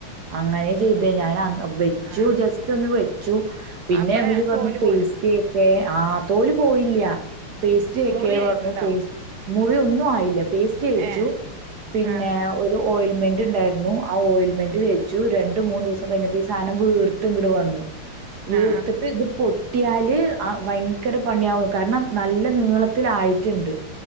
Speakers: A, on the right; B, on the right.
A: അങ്ങനെ ചെയ്തേ ഞാൻ വെച്ചു
B: ആ
A: ജസ്റ്റ് ഒന്ന് വെച്ചു പിന്നെ
B: അപ്പ
A: ഇവര് പർഞ്ഞു
B: തോല്
A: പേസ്റ്റേക്കെ
B: പോരും
A: ആ തോല് പോയില്ല്യ. പേസ്റ്റേക്കെ
B: മുറിയായിട്ടുണ്ടാവും
A: പർഞ്ഞു പേസ് മുറി ഒന്നും ആയില്ല പേസ്റ്റേച്ചു
B: ഏ
A: പിന്നെ
B: ആ
A: ഒരു ഓയിൽമെന്റ് ഇണ്ടായിര്ന്നു ആ ഓയിൽ മെന്റ് തേച്ചു രണ്ട് മൂന്നു ദിവസം കഴിഞ്ഞപ്പോ ഈ സാനം വീർത്ത് ഇങ്ങട്‌ വന്നു. വീർത്ത്ട്ട്
B: ആ
A: ഇത് പൊ ട്ട്യാല് ആ ഭയങ്കര പണ്യാവും കാരണം നല്ല നീളത്തിലായിട്ണ്ട്.